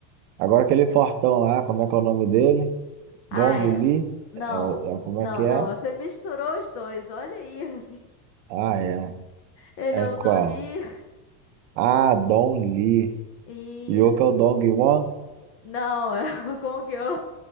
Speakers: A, on the right; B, on the left.
A: Agora aquele fortão lá, como é que é o nome dele?
B: Ah,
A: Gong
B: é.
A: Li?
B: Não,
A: É, o- é, como
B: não,
A: é que é?
B: não. Você misturou os dois. Olha aí. <laughs>
A: Ah, é.
B: Ele
A: É
B: é o
A: qual?
B: Don Lee.
A: Ah, Don Li.
B: Isso.
A: que é o Dong Wan,
B: Não, <laughs> é o Gong Yoo.